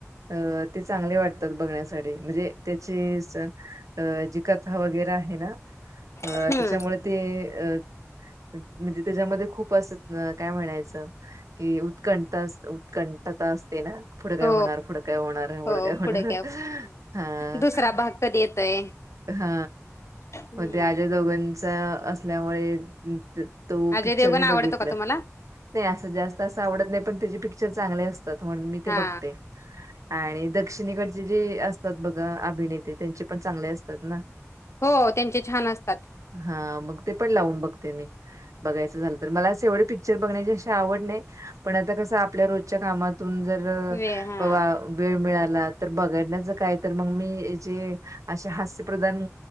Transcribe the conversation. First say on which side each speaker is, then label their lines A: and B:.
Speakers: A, on the right; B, on the left.
A: अ ते चांगले वाटतात बघण्यासाठी म्हणजे त्याचे. अ जि कथा वगैरे आहे अ
B: हम्म
A: त्याच्यामुळे. ते अ म्हणजे त्याच्यामध्ये खूप अस काय म्हणायचं. की उत्कंत उत्कंठता असते ना पुढं काय
B: हो
A: होणार पुडं काय होणार उडं
B: हो हो
A: काय होणार
B: पुढे
A: हा
B: दुसरा भाग कधी येतोय
A: हा
B: हम्म
A: मग ते अजय देवगणचा असल्यामुळे तो
B: अजय
A: पिक्चर
B: देवगण
A: मी
B: आवडतो
A: बघितलं
B: का तुम्हाला
A: नाही असं जास्त असं आवडत नाही पण त्याचे पिक्चर चांगले असतात म्हणून मी ते
B: हा
A: बघते आणि दक्षिणेकडचे जे असतात बघा अभिनेते त्यांचे पण चांगले असतात ना
B: हो त्यांचे छान असतात
A: हा मग ते पण लावून बघते मी बघायचं झालं तर मला असं एवढे पिक्चर बघण्याची अशी आवड नाही पण आता कसं आपल्या रोजच्या कामातून जर
B: वे हा
A: बाबा वेळ मिळालात तर बघडण्याचं काय तर मग मी जे असे हास्य प्र्रदान